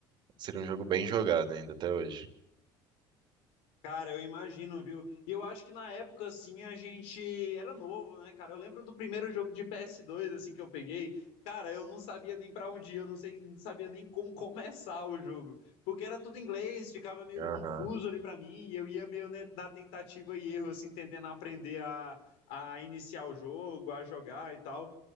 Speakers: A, on the right; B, on the left.
A: seria um jogo bem jogado ainda até hoje.
B: Cara, eu imagino, viu? E eu acho que na época, assim, a gente era novo, né, cara? Eu lembro do primeiro jogo de ps dois, assim, que eu peguei. Cara, eu não sabia nem pra onde ir, eu não sei, não sabia nem como começar o jogo. Porque era tudo em inglês, ficava meio
A: Aham,
B: confuso ali pra mim, e eu ia meio né, na tentativa e erro, assim, tentando aprender a, a iniciar o jogo, a jogar e tal.